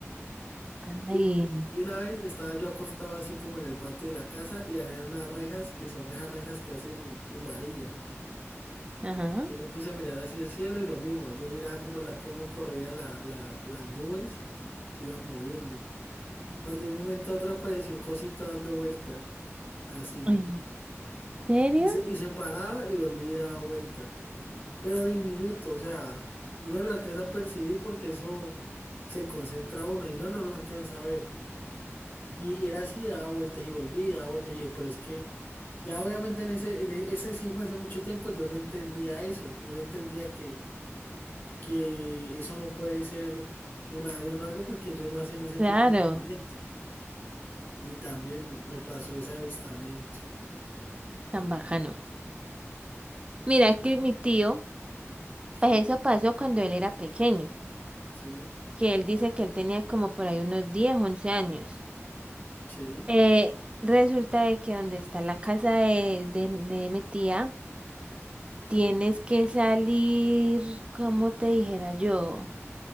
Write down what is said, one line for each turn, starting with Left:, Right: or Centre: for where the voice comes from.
Right: Ay,
Left: Yo- y una vez estaba yo acostado así como en el patio de la casa y había unas rejas que son esas rejas que hacen en varilla.
Right: Ajá.
Left: Yo me puse a mirar hacia el cielo y lo mismo, yo miraba cómo, la, cómo corría la, la- las nubes, se iban moviendo. Cuando de un momento a otro apareció un cosito dando vueltas, así.
Right: ¿En serio?
Left: Y se, y se paraba y volvía y daba vueltas, pero diminuto, o sea, uno lo alcanza a percibir porque eso se concentra a uno y no, no lo alcanza a ver. Y, y era así, daba vueltas y volvía, daba vueltas y pero es que... Ya obviamente en ese, en e- ese sí fue hace mucho tiempo, yo no entendía eso, no entendía que, que eso no puede ser un avión o algo porque ellos no hacen ese
Right: Claro,
Left: tipo de movimiento. Y también me pasó ese avistamiento.
Right: tan bacano. Mira, es que mi tío,
Left: Sí,
Right: pues eso pasó cuando él era pequeño,
Left: sí,
Right: que él dice que él tenía como por ahí unos 10 11 años.
Left: sí,
Right: Eh, resulta de que donde está la casa de, de de mi tía, Tienes que salir, como te dijera yo.